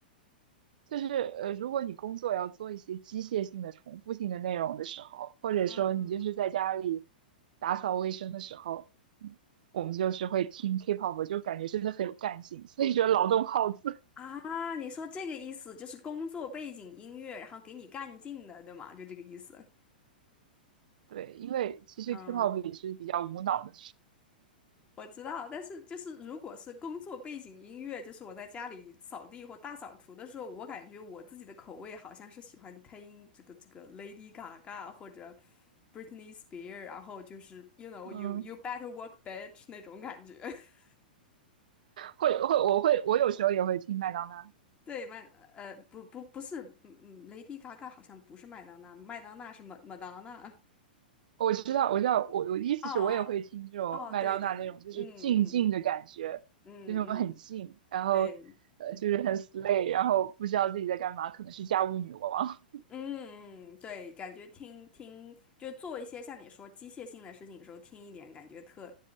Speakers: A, on the right; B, on the left.
A: 就是呃，如果你工作要做一些机械性的、重复性的内容的时候，或者说你就是在家里
B: 啊。
A: 打扫卫生的时候，嗯我们就是会听 K-pop，就感觉真的很有干劲，所以说劳动号子。
B: 啊，你说这个意思就是工作背景音乐，然后给你干劲的，对吗？就这个意思。
A: <laughs> 对，因为其实
B: 嗯，
A: K-pop 也是比较无脑的，
B: 我知道，但是就是如果是工作背景音乐，就是我在家里扫地或大扫除的时候，我感觉我自己的口味好像是喜欢听这个这个 Lady Gaga 或者 Britney Spears，然后就是 you know
A: 嗯，
B: you you better work bitch 那种感觉。<laughs>
A: 会会我会我有时候也会听麦当娜。
B: 对，麦呃不不不是，嗯嗯，Lady Gaga 好像不是麦当娜，麦当娜是 m a 麦麦当娜。
A: 我知道，我知道，我我的意思是我也会听这种麦当娜那种，
B: 哦哦，对对，
A: 就是静静的感觉，
B: 嗯嗯嗯嗯嗯，
A: 就那种很静，然后呃，
B: 对，
A: 就是很 slay，然后不知道自己在干嘛，可能是家务女王。
B: 嗯嗯对，感觉听听就做一些像你说机械性的事情的时候，听一点感觉特，